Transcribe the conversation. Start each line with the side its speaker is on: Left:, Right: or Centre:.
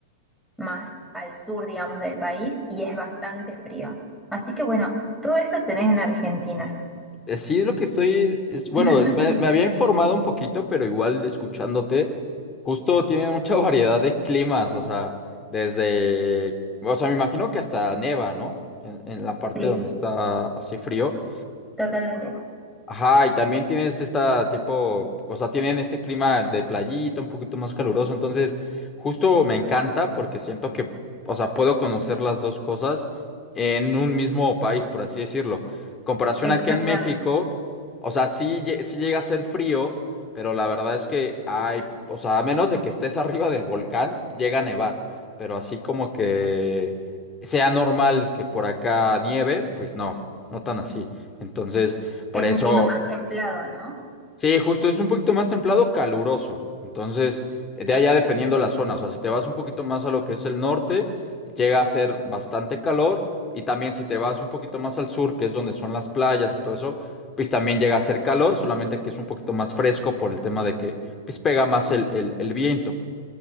Centre: más al sur, digamos, del país y es bastante frío. Así que bueno, todo eso tenés en Argentina.
Left: Eh, Sí, es lo que estoy, es, bueno,
Centre: <laughs>
Left: es- me, me había informado un poquito, pero igual escuchándote, justo tiene mucha <laughs> variedad de climas, o sea, desde, o sea, me imagino que hasta neva, ¿no? En, en la parte
Centre: Sí,
Left: donde está así frío.
Centre: totalmente,
Left: Ajá, y también tienes esta tipo, o sea, tienen este clima de playita, un poquito más caluroso, entonces justo me encanta porque siento que, o sea, puedo conocer las dos cosas en un mismo país, por así decirlo. Comparación
Centre: exactamente.
Left: aquí en México, o sea, sí, lle- sí llega a ser frío, pero la verdad es que hay, o sea, a menos de que estés <laughs> arriba del volcán, llega a nevar, pero así como que sea normal que por acá nieve, pues no, no tan así. Entonces... Por
Centre: Es
Left: eso,
Centre: un clima más templado, ¿no?
Left: sí, justo es un poquito más templado, caluroso. Entonces, de allá dependiendo la zona, o sea, si te vas un poquito más a lo que es el norte, llega a ser bastante calor. Y también si te vas un poquito más al sur, que es donde son las playas y todo eso, pues también llega a ser calor, solamente que es un poquito más fresco por el tema de que pues, pega más el, el el viento.